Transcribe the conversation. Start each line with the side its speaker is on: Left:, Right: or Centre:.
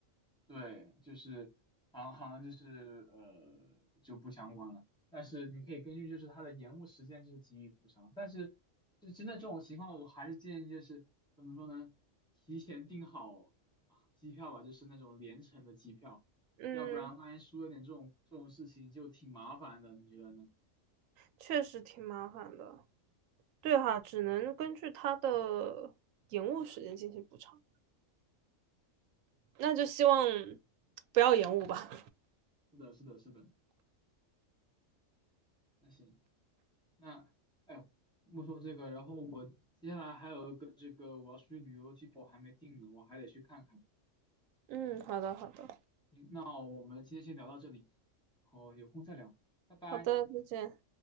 Centre: 对，就是好像好像就是呃就不相关了。但是你可以根据就是它的延误时间就是给予补偿，但是就真的这种情况，我还是建议就是怎么说呢，提前订好机票吧，就是那种联程的机票，
Right: 嗯，
Centre: 要不然万一出了点这种这种事情就挺麻烦的，你觉得呢？
Right: 确实挺麻烦的。对哈，只能根据它的延误时间进行补偿。那就希望不要延误吧。
Centre: 是的，是的，是的。那行。那哎呦，莫说这个，然后我接下来还有一个这个我要出去旅游的机票我还没定呢，我还得去看看。
Right: 嗯，好的，好的，
Centre: 那我们今天先聊到这里，然后有空再聊，拜拜。
Right: 好的，再见。